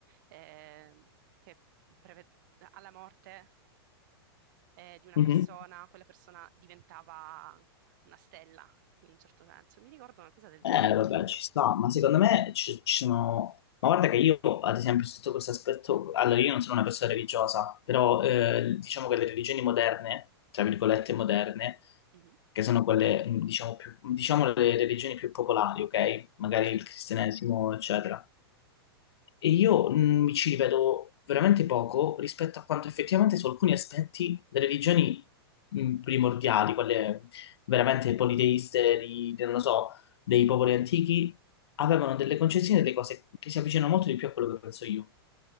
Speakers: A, on the right; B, on the left.
A: eh, che preve- alla morte eh, di una
B: mhm.
A: persona, quella persona diventava una stella, in un certo senso. Mi ricordo una cosa del genere.
B: Eh, vabbè, ci sta, ma secondo me ci, ci sono... Ma guarda che io, ad esempio, sotto questo aspetto, allora io non sono una persona religiosa, però eh, diciamo che le religioni moderne, tra virgolette moderne,
A: Mhm.
B: che sono quelle, mh, diciamo, più, diciamo le religioni più popolari, ok? Magari
A: Sì,
B: il cristianesimo, eccetera. E io mh, mi ci rivedo veramente poco rispetto a quanto effettivamente su alcuni aspetti delle religioni mh, primordiali, quelle veramente politeiste, di, di- non lo so, dei popoli antichi, avevano delle concezioni, delle cose che si avvicinano molto di più a quello che penso io.